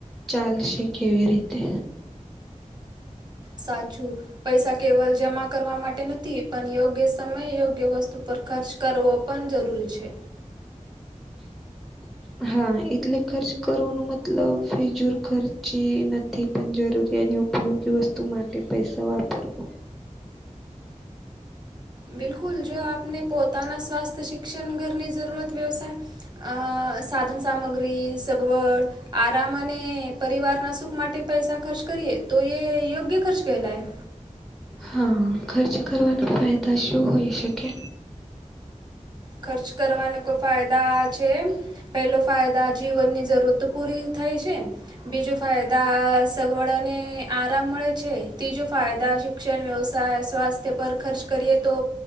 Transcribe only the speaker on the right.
સાચું પૈસા કેવલ જમા કરવા માટે નથી પણ યોગ્ય સમય યોગ્ય વસ્તુ પર ખર્ચ કરવો પણ જરૂરી છે
બિલકુલ જો આપને પોતાના સ્વાસ્થ્ય શિક્ષણ ઘરની જરૂરત વ્યવસાય અ સાધન સામગ્રી સગવડ આરામ અને પરિવારના સુખ માટે પૈસા ખર્ચ કરીએ તો એ યોગ્ય ખર્ચ કેહેલાય
ખર્ચ કરવાના કોઈ ફાયદા આ છે. પેલો ફાયદા જીવનની જરૂરતો પૂરી થાય છે. બીજું ફાયદા સગવડ અને આરામ મળે છે. તીજું ફાયદા જે શિક્ષણ, વ્યવસાય, સ્વાસ્થ્ય પર ખર્ચ કરીએ તો